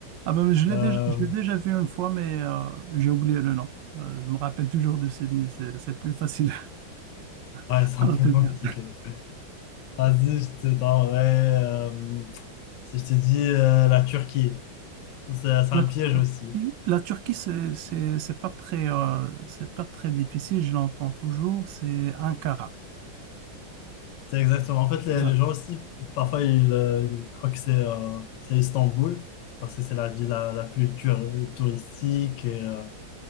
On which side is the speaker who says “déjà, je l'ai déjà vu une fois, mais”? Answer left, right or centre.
Right